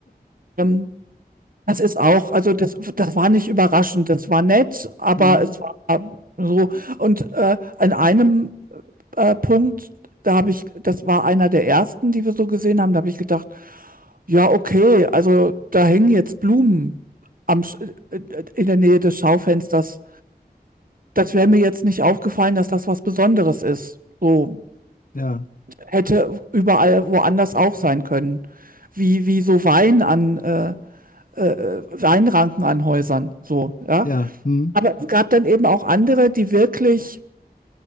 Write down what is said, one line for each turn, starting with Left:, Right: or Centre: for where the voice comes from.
Right: ähm das ist auch, also das, das war nicht überraschend, das war nett, aber
Left: Hm,
Right: es war so. Und äh, an einem äh, Punkt, da habe ich, das war einer der ersten, die wir so gesehen haben, da habe ich gedacht, ja, okay, also da hängen jetzt Blumen am, Sch- äh, in der Nähe des Schaufensters. Das wäre mir jetzt nicht aufgefallen, dass das was Besonderes ist. So
Left: ja,
Right: hätte überall woanders auch sein können. Wie, wie so Wein an äh, äh, Weinranken an Häusern. So, ja.
Left: ja, hm,
Right: Aber es gab dann eben auch andere, die wirklich